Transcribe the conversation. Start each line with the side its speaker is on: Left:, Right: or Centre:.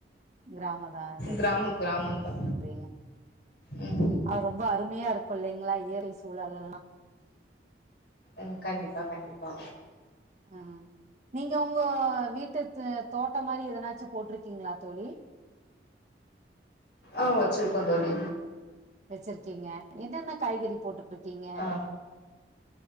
Right: கிராமந்தா சேரி
Left: கிராமோ
Right: சேரி
Left: கிராமந்தா
Right: சேரிங்க
Left: ம்
Right: அவ ரொம்ப அருமையா இருக்கு இல்லைங்களா இயற்கை சூழல்லா
Left: ம் கண்டிப்பா கண்டிப்பா
Right: ஆ நீங்க உங்க வீட்டு தோட்டோ மாரி எதனாச்சு போட்ருக்கீங்களா தோழி
Left: ஆ வெச்சுருக்கோந் தோழி
Right: வெச்சுருக்கீங்க என்னென்ன காய்கறி போட்டு ருக்கீங்க
Left: ஆ